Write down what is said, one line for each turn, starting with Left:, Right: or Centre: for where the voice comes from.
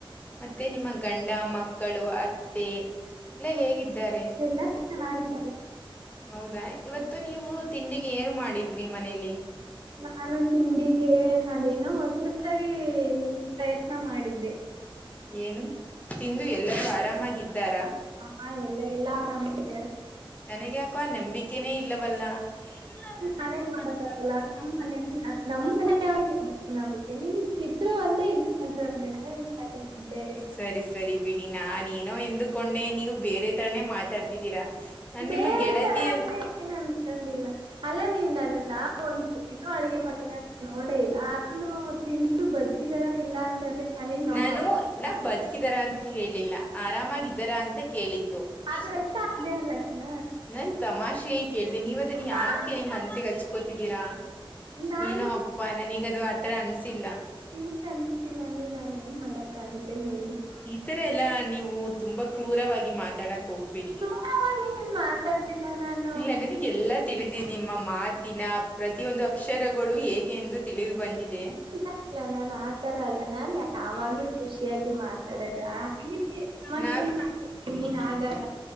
Left: ಮತ್ತೆ ನಿಮ್ಮ ಗಂಡ ಮಕ್ಕಳು ಅತ್ತೆ ಎಲ್ಲ ಹೇಗಿದ್ದಾರೆ
Right: <inaudible> ಎಲ್ಲಾರೂ ಚೆನ್ನಾಗಿದ್ದಾರೆ.
Left: ಹೌದಾ ಇವತ್ತು ನೀವು ತಿಂಡಿಗೆ ಏನು ಮಾಡಿದ್ರಿ ಮನೇಲಿ
Right: ನಾನು ತಿಂಡಿಗೆ ಅದೇನೋ ಹೊಸದಾಗಿ ಪ್ರಯತ್ನ ಮಾಡಿದ್ದೆ
Left: ಏನು ತಿಂದು ಎಲ್ಲರೂ ಆರಾಮಾಗಿದ್ದಾರಾ
Right: ಹಾ ಎಲ್ಲ ಎಲ್ಲಾ ಆರಾಮಾಗಿದಾರೆ
Left: ನನಗ್ಯಾಕೋ ನಂಬಿಕೆನೇ ಇಲ್ಲವಲ್ಲಾ ಇಲ್ಲ ಅಂದ್ರೆ ನಾನೆನ್
Right: ನಾನೇನ್
Left: ಮಾಡಕ್ಕಾಗಲ್ಲ <unintelligible>
Right: ನಮ್ ಮನೆ ನಮ್
Left: ನಮ್ಮ
Right: ಮನೆಯವ್ರಿಗೆ
Left: ಮನೆ
Right: ನಂಬಿಕೆ ನಿಮ್ಗ ಇದ್ರು ಒಂದೆ ಇಲ್ಲಾ ಅಂದ್ರ ಒಂದೆ ನಾನೆನ್ ಮಾಡಾಕಾಗತ್ತೆ
Left: ಸರಿ ಸರಿ ಬಿಡಿ ನಾನ್ ಏನೋ ಎಂದುಕೊಂಡೆ ನೀವ್ ಬೇರೆ ತರಾನೇ ಮಾತಾಡ್ತಿದ್ದೀರಾ ನಾನ್
Right: ಬೇರೆ
Left: ನಿಮ್ಮ ಗೆಳತಿ
Right: ತರಾ ಅಂತ ಏನ್ ಅನ್ಕೊಂಡಿಲ್ಲಾ ಅಲ್ಲಾ ನೀವ ನನ್ನನ್ನಾ ಒಂದ್ ಸರ್ತಿನು ಅಡಗೆ ಮಡಿರದ್ ನೋಡೇ ಇಲ್ಲ ಆದ್ರೂನು ಅವ್ರು ತಿ ಬದಕಿದಾರಾ ಇಲ್ಲ ಅಂತಂದ್ರೆ ನನಿಗ್ ನೊವ
Left: ನಾನು ನಾ ಬದುಕಿದಾರ ಅಂತ ಹೇಳಿಲ್ಲ ಆರಾಮಾಗಿದ್ದಾರ ಅಂತ ಕೇಳಿದ್ದು <unintelligible>
Right: ಅದ್ರರ್ಥ ಅದೇ ಅಲ್ಲ ಇನ್ನ
Left: ನಾನ್ ತಮಾಷೆ ಕೇಳ್ದೆ ನೀವ್ ಅದನ್ನ ಯಾಕೆ
Right: ನಾನು
Left: ಮನ್ಸಿಗೆ ಹಚ್ಕೋತಿದ್ದೀರಾ
Right: ನಾನು
Left: ಏನೋ ಅಪ್ಪಾ ನನಿಗದು ಆತರ ಅನ್ಸಿಲ್ಲಾ
Right: ನಿಮಗೆ ಅನ್ಸಿಲ್ಲ ಅಂದ್ರೆ ನಾನ್ ಏನ್ ಮಾಡಕ್ ಆಗುತ್ತೆ ಹೇಳಿ
Left: ಈತರಾ ಎಲ್ಲಾ ನೀವು ತುಂಬಾ ಕ್ರೂರವಾಗಿ ಮಾತಾಡಕ್ ಹೋಗ್ಬೇಡಿ
Right: ಕ್ರೂರವಾಗಿ ಏನ್ ಮಾತಾಡ್ತಿಲ್ಲ ನಾನ
Left: ಇಲ್ಲ ನನಗೆ ಎಲ್ಲಾ ತಿಳಿದೀದೆ ನಿಮ್ಮ ಮಾತಿನ ಪ್ರತಿಯೊಂದು ಅಕ್ಷರ ಗಳು ಹೇಗೆ ಎಂದು ತಿಳಿದು ಬಂದಿದೆ.
Right: ಇಲ್ಲ ಇಲ್ಲ ನಾನ್ ಆತರ ಅಲ್ಲ ನಾನ್ ಯಾವಾಗ್ಲೂ ಖುಷಿಯಾಗಿ ಮಾತಾಡದು <unintelligible>
Left: ನಾವ್
Right: ನೀ ಹಾಗಾಗ